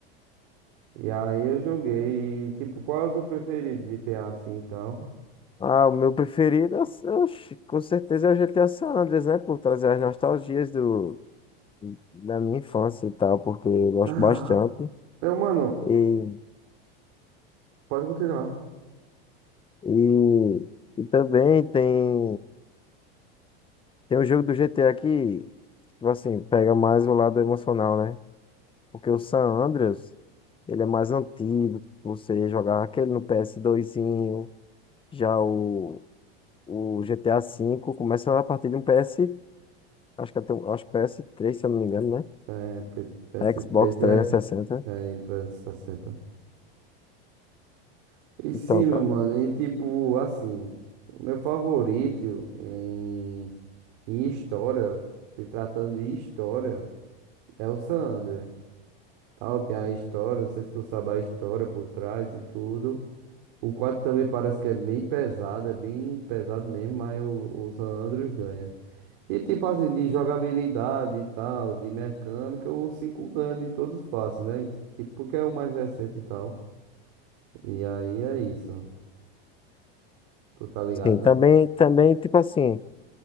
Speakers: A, on the right (about 65°); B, on the left (about 15°).
A: E aí eu joguei, tipo, qual é o teu preferido, GTA assim e tal?
B: Ah, o meu preferido, eu- oxe, com certeza é o GTA San Andreas, né? Por trazer as nostalgias do, da minha infância e tal, porque eu gosto
A: Ah,
B: bastante.
A: meu mano,
B: E,
A: pode continuar.
B: e, e também tem, tem o jogo do GTA que, tipo assim, pega mais o lado emocional, né? Porque o San Andreas, ele é mais antigo, você jogava aquele no PS2zinho, Já o, o GTA V começa a partir de um PS, acho que até, um- acho que ps três se eu não me engano,
A: É, P- PS3
B: né? Xbox trezentos
A: e Xbox,
B: e sessenta
A: é, e o 360. E sessenta. E sim,
B: Então,
A: meu
B: cara.
A: mano, e tipo, assim, o meu favorito em, em história, se tratando de história, é o San Andreas. Tal, tem a história, não sei se tu sabe a história por trás e tudo. O 4 também parece que é bem pesado, é bem pesado mesmo, mas o, o San Andreas ganha. E tipo assim, de jogabilidade e tal, de mecânica, o 5 ganha de todos fácil, né? Tipo, porque é o mais recente e tal. E aí é isso. Tu tá ligado,
B: Sim, também,
A: né?
B: também, tipo assim,